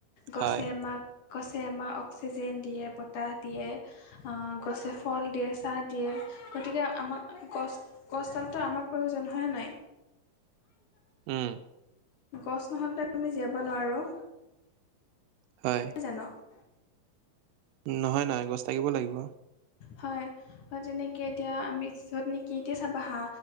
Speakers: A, on the left; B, on the right.
A: গছে
B: হয়
A: আমাক গছে আমাক অক্সিজেন দিয়ে, বতাহ দিয়ে। অঁ গছে ফল দিয়ে, চাহ দিয়ে, গতিকে আমাক গছ-গছডালটো আমাৰ প্ৰয়োজন হয়নে নাই?
B: উম
A: গছ নহলেটো আমি জীয়াব নোৱাৰোঁ।
B: হয়।
A: <unintelligible>
B: নহয় নহয়, গছ থাকিব লাগিব।
A: হয়, তেনেকে এতিয়া আমি য'ত নেকি এতিয়া চাবা হা